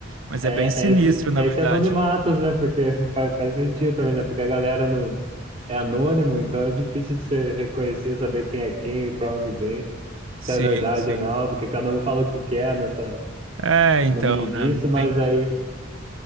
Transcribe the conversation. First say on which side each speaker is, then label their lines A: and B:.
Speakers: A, on the right; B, on the right.
A: Mas
B: É,
A: é bem sinistro,
B: é esse,
A: na
B: é
A: verdade.
B: esse anonimatos, né? Porque <laughs> faz, faz sentido também, né? Porque a galera no, é anônimo, então é difícil de você reconhecer, saber quem é quem, pra onde vem,
A: Sim,
B: se é verdade
A: sim.
B: ou não, porque cada um fala o que quer nessa,
A: É, então,
B: no meio disso,
A: né?
B: mas
A: Tem,
B: aí